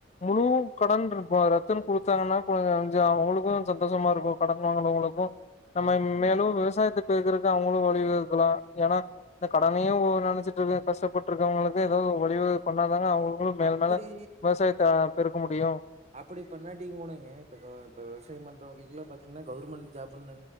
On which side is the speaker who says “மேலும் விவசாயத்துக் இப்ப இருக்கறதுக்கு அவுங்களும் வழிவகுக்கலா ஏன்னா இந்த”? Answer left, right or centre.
Left